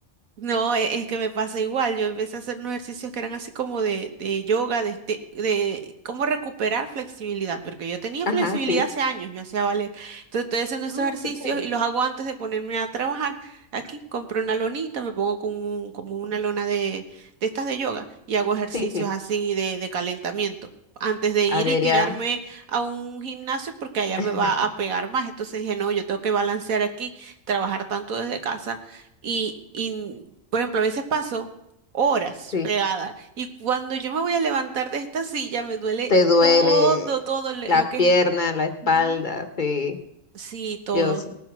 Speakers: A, on the right; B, on the left.
A: No, e- es que me pasa igual. Yo empecé a hacer unos ejercicios que eran así como de, de yoga, de, este- de cómo recuperar flexibilidad, porque yo tenía
B: <laughs> Ajá,
A: flexibilidad
B: sí.
A: hace años, yo hacía ballet. Entonces estoy haciendo esos
B: Ah,
A: ejercicios
B: qué chévere.
A: y los hago antes de ponerme a trabajar. Aquí compro una lonita, me pongo con un- como una lona de, de estas de yoga y hago ejercicios
B: Sí, sí.
A: así de, de calentamiento. antes de
B: Adrián,
A: ir y tirarme a un gimnasio porque allá
B: <laughs>
A: me va a pegar más. Entonces dije, no, yo tengo que balancear aquí, trabajar tanto desde casa y, y, por ejemplo, a veces paso horas
B: sí.
A: pegada y cuando yo me voy a levantar de esta silla me duele
B: Te duele
A: todo, todo le-
B: las
A: lo que
B: piernas,
A: es.
B: la espalda,
A: Ujú.
B: sí.
A: Sí, todo.
B: Yo sí.